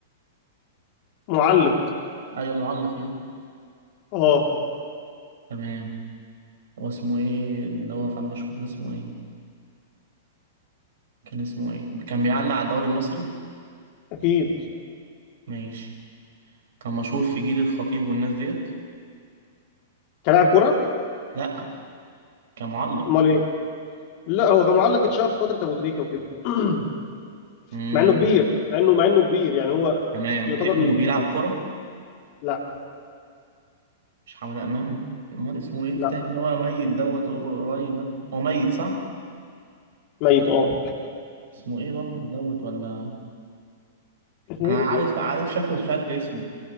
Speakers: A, on the left (about 40°); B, on the right (about 60°).
A: معلق
B: أيوة معلق يعني
A: اه
B: تمام هو اسمه إيه اللي هو كان مشهور ده اسمه إيه كان اسمه إيه كان بيعلق على الدوري المصري
A: اكيد
B: ماشي كان مشهور في جيل الخطيب والناس ديت
A: كلاعب كرة
B: لأ كان معلق
A: امال ايه لا هو كان معلق اتشهر في فترة ابو تريكة وكده <clears throat>
B: مم.
A: مع انه كبير مع انه مع انه كبير يعني هو
B: تمام
A: يعتبر
B: ابنه
A: من
B: بيلعب
A: جيل
B: كورة
A: لا
B: مش حمد أمام أمال اسمه إيه التاني
A: لا
B: اللي هو ميت دوت قر- قريب ده هو ميت صح
A: ميت اه
B: اسمه إيه بطل دوت ولا
A: اسمه
B: أنا
A: ايه قلت
B: عارف
A: ايه؟
B: عارف شكله بس مش عارف اسمه